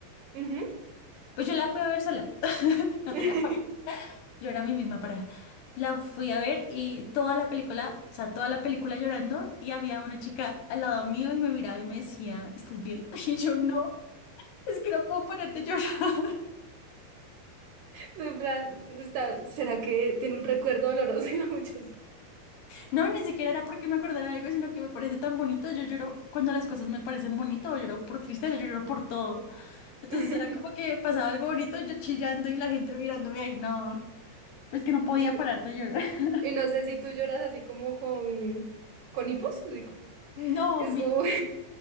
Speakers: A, on the right; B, on the left.
A: <laughs> Ujú.
B: pues yo la fui a ver sola, <laughs> no
A: <laughs>
B: tenía pareja, yo era mi misma pareja. La fui a ver y toda la película, o sea, toda la película llorando y había una chica al lado mío y me miraba y me decía, ¿estás bien? <laughs> Y yo no. Es que no puedo ponerte a llorar. <laughs>
A: En plan, está, ¿será que tiene un recuerdo doloroso y la muchacha?
B: No, ni siquiera era porque me acordara de algo, sino que me parece tan bonito. Yo lloro cuando las cosas me parecen bonitas, o lloro por tristeza, yo lloro por todo. Entonces
A: <laughs>
B: era como que pasaba algo bonito y yo chillando y la gente mirándome ahí, no. Es que no podía
A: Y,
B: parar de llorar. <laughs>
A: y no sé si tú lloras así como con, con hipos. así como-
B: No,
A: es
B: mi,
A: como
B: mi-